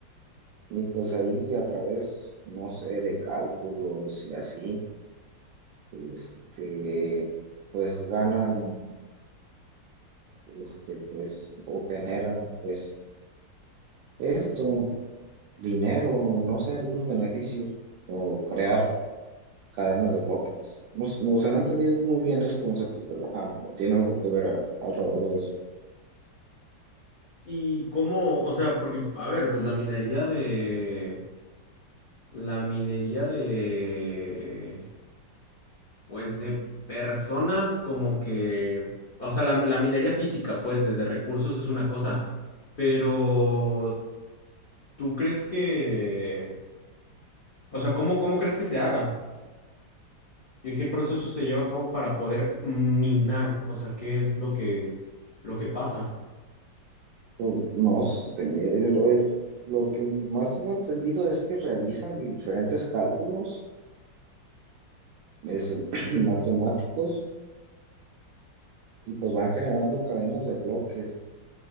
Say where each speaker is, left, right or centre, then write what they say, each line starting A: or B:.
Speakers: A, on the right; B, on the left.
A: y pues ahí a través, no sé, de cálculos y así, este, pues ganan. este, pues, o generan, pues, esto, dinero, no sé, algunos beneficios, o crear cadenas de bloques. No, s- no, o sea, no he entendido muy bien ese concepto, pero ajá, tiene algo que ver a- alrededor de eso.
B: Y cómo, o sea, porque, a ver, pues la minería de, la minería de, pues de personas como que, o sea, la, la minería física, pues de de recursos es una cosa. Pero ¿Tú crees que, o sea, cómo, cómo crees que se haga? ¿Qué, qué proceso se lleva a cabo para poder minar? O sea, ¿qué es lo que, lo que pasa?
A: Pues, no sé, el- el- lo que más tengo entendido es que realizan diferentes cálculos es, <clears throat> matemáticos y pues van generando cadenas de bloques,